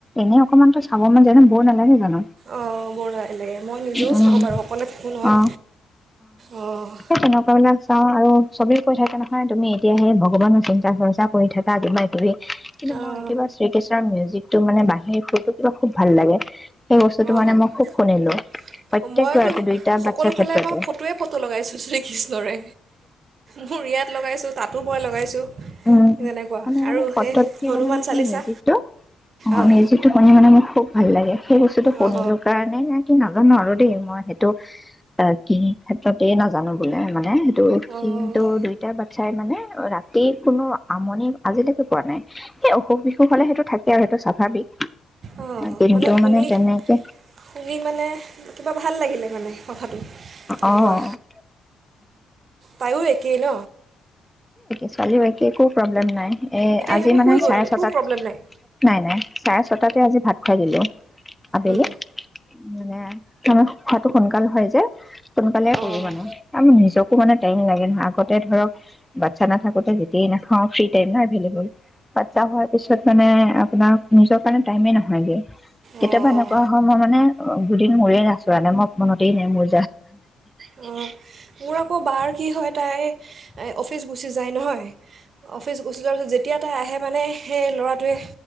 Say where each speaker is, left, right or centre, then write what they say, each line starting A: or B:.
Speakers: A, in the centre; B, on the right (about 50°).
A: এনে অকমান তো চাব মান যায় ন? ব'ৰ নালাগে জানো?
B: অ', ব'ৰ লা-লাগে। মই নিজেও
A: উম
B: চাওঁ বাৰু অকলে থাকো নহয়,
A: অ
B: অ'
A: সেই তেনেকুৱা বিলাক চাওঁ আৰু চবেই কৈ থাকে নহয় তুমি এতিয়া‌ হে ভগৱানৰ চিন্তা চৰ্চা কৰি থকা, কিবা কিবি কিন্তু মই
B: অঁ
A: শ্ৰীকৃষ্ণৰ মিউজিকটো মানে বাঁহীৰ সুৰ টো কিবা খুব ভাল লাগে সেই বস্তুটো
B: অ',
A: মানে মই খুব শুনিলো প্ৰত্যেক
B: মইতো
A: বাৰতে দুইটা
B: সকলোফালে
A: বাচ্ছাৰ ক্ষেত্ৰতে
B: মই ফটোৱে ফটো লগাইছোঁ শ্ৰীকৃষ্ণৰে মোৰ ইয়াত লগাইছোঁ তাতো মই লগাইছোঁ।
A: উম,
B: তেনেকুৱা
A: মানে
B: আৰু সেই
A: <unintelligible>
B: হনুমান
A: মানে মই সেই
B: চালিচা
A: মিউজিকটো অ',
B: অঁ
A: মিউজিক শুনি মানে মই খুব ভাল লাগে। সেই বস্তুটো শুনিলো
B: অঁ
A: কাৰণে নে কি নাজানো আৰু দেই মই সেইটো অ', কি ক্ষেত্ৰতেই নাজানো বোলে মানে ত
B: অঁ
A: সি কিন্তু দুইতটা বাতচ্ছাই মানে <unintelligible> তি কোনো আমনি আজিলৈকে কৰা নাই সেই অসুখ বিসুখ হ'লে সেইটো থাকে আৰু সেইটো স্বাভাৱিক।
B: অ',
A: কিন্তু
B: মানে শুনি
A: তেনেকে
B: শুনি মানে কিবা ভাল লাগিলে মানে কথাটো এনেকুৱা
A: অ উম
B: তায়ো একেই ন?
A: ছোৱালীৰ বাকী একো প্ৰব্লেম নাই। এ
B: এতিয়া
A: আজি
B: সিহঁতে
A: মানে
B: শুই গ'ল
A: চাৰে ছটাত
B: একো প্ৰব্লেম নাই
A: নাই, নাই চাৰে ছটাতে আজি ভাত খুৱাই দিলো আবেলি
B: অঁ
A: মানে। আমাৰ শুৱাটো সোনকাল হয়, যে সোনকালে
B: অঁ
A: কৰো মানে, ম নিজকো মানে টাইম লাগে নহয়, আগতে ধৰক বাতচা না কোতে যেতিয়াই নাখাওঁ ফ্ৰী এভলেবল বাচ্ছা হোৱাৰ পিছত মানে আপোনাৰ নিজৰ কাৰণে টাইমে নহয়গে। কেতিয়াবা
B: অঁ
A: এনেকুৱা
B: অঁ
A: হয় মই মানে দুদিন মূৰে আচোৰা নাই মই মনতে নাই মোৰ
B: অ' মোৰ আকৌ বাৰ কি হয় তাই
A: <unintelligible>
B: অফিচ গুচি যায় নহয়। অফিচ গুচি যোৱা পিছত যেতিয়া তাই আহে মানে, সেই ল'ৰা টোৱে